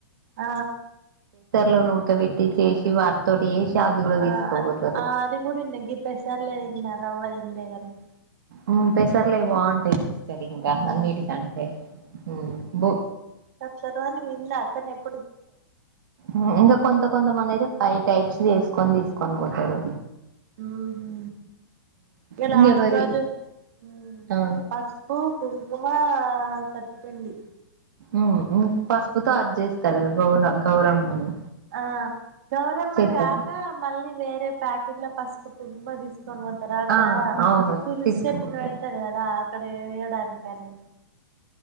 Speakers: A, on the right; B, on the right.
A: ఆ
B: లను ఉడక వెట్టి చేసి వారితోటి చేసి అవి కూడా
A: ఆ
B: తీసుకపోతారు
A: ఆ అది కూడా ఇన్నె గీ పెసర్లదిన్న రవ్వది లేదండి
B: ఉ పెసర్లయి బాగుంటయి సరింగా
A: మ్మ్
B: అన్నిటి కంటే ఉ బు
A: తరని విన్నా కనెప్
B: ఉ ఇంగ కొంత కొంత మందైతే ఫై టైప్స్ చేసుకొని తీసుకొని పోతరు
A: ఉహు ఇగ
B: ఇంగెవరి
A: లాస్ట్ రోజు ఉ
B: ఆ
A: పసుపు కుంకుమ ఆ సత్తుపిండి
B: ఉహు పసుపుతో అది చేస్తరు గా బోనం గౌరమ్మను
A: ఆ గౌరమ్మను
B: చేత్తరు
A: గాక మళ్ళీ వేరే ప్యాకెట్ల పసుపు కుంకుమ తీస్ కొను వోతర అక్కడ
B: ఆ అవును
A: తులిసి
B: తీసుకుపోతారు
A: చెట్టు పెడుతారు కదా అక్కడ వేయడాని పనీ